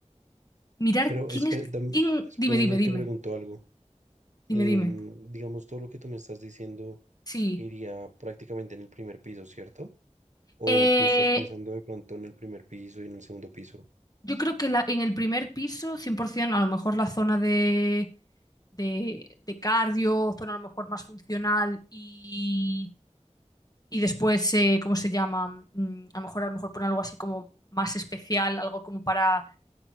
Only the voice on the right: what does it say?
Pero
espera,
dam-
espérame,
te pregunto algo. Em,
digamos, todo lo que tú me estás diciendo
iría prácticamente en el primer piso, ¿cierto? O
tú estás pensando de pronto en el primer piso y en el segundo piso.